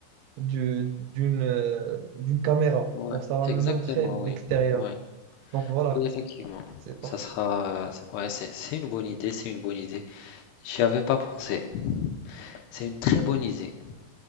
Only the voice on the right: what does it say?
du- d'une euh, d'une caméra.
Donc, ça va
me montrer l'extérieur.
Donc, voilà,
c'est parfait.